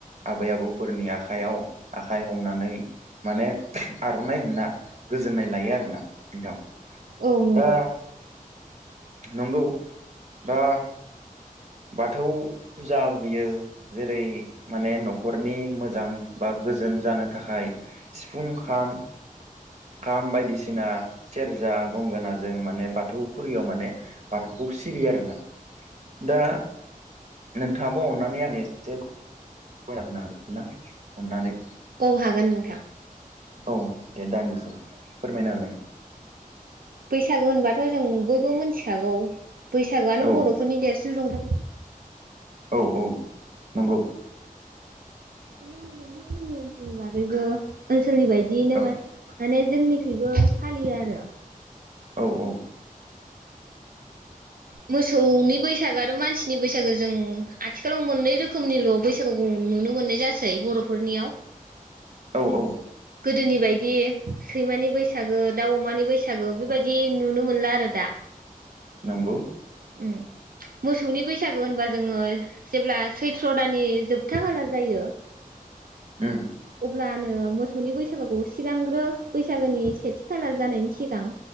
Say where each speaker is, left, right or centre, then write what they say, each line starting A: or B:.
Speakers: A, on the right (about 50°); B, on the right (about 80°).
A: आबै आबौफोरनि आख खाइयाव आखाइ हमनानै माने आरनाइ होनना गोजोननाय लायो आरोना नोंथां।
B: औ नंगौ।
A: दा नंगौ दा बाथौ फुजा होयो जेरै माने न'खरनि मोजां बा गोजोन जानो थाखाय सिफुं खाम खाम बायदिसिना सेरजा गंगोनाजों माने बाथौफुरियाव माने बाथौखौ सिबियो आरोना। दा नोंथाङाबो अननानै आं एसे होनो हागोन ना अननानै
B: औ हागोन नोंथां।
A: औ दे दान्नोसै फोरमायनालाय।
B: बैसागु होनबाथ जों बयबो मिथिखागौ। बैसागुआनो
A: औ
B: बर'फोरनि देरसिन रंजा
A: औ औ नंगौ।
B: बिदिनो नोंथांमोननि ओनसोलनि बागैबो ओन नि बायदि नमार
A: औ
B: माने जोंनिखुइबो फालियो आरो।
A: अ
B: मोसौनि बैसागो आरो मानसिनि बैसागो जों आथिखालाव मोननै रोखोमनिल बैसागु नुनो मोननाय जासै बर'फोरनियाव।
A: औ औ
B: गोदोनि बायदि सैमानि बैसागो दाउ अमानि बैसागो बेबायदि नुनो मोनला आरो दा।
A: नंगौ।
B: उम मोसौनि बैसागो होनबा जोङो जेब्ला सैथ्र' दाननि जोबथा खालार जायो।
A: उम
B: अब्लानो मोसौनि बैसागोखौ सिगांग्रो बैसागोनि सेथि खालार जानायनि सिगां